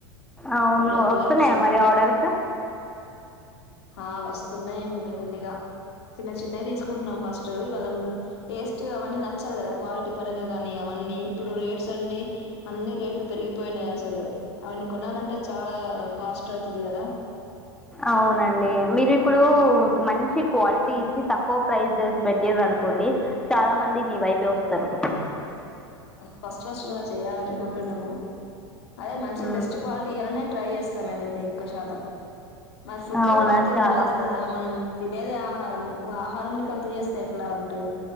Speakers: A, in the centre; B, on the left.
A: అవును
B: లోకల్
A: వస్తున్నాయా
B: యాప్స్
A: మరి ఆర్డర్స్
B: ఆ వస్తున్నాయి మెల్లిమెల్లిగా చిన్న చిన్నవి తీసుకుంటున్నాం ఫస్ట్ ఇవాళ టేస్ట్ అవన్నీ నచ్చాలి కదా క్వాలిటీ పరంగా కానీ అవన్నీ అ ఇప్పుడు రేట్స్ అన్ని అన్ని రేట్లు పెరిగిపోయినాయి అసలు అవన్ని కొనాలంటే చాలా కాస్ట్ అవుతది కదా
A: అవునండి మీరు ఇప్పుడు మంచి క్వాలిటీ ఇచ్చి తక్కువ ప్రైసెస్ పెట్టిర్రనుకోండి అనుకోండి చాలా మంది మీ వైపే వస్తారు
B: ఫస్ట్ ఫస్ట్ అలా చేయాలనుకుంటున్నము అదే మంచి
A: హ్మ్.
B: బెస్ట్ క్వాలిటీ ఇయాలనే ట్రై చేస్తా మేమైతే ఎక్కువ శాతం మన ఫుడ్డు
A: అవునా
B: కల్తీ
A: చాలా
B: ఉండొద్దు కదా మనం తినేదే ఆహారం ఆహారంని క చేస్త ఎట్లా ఉంటంది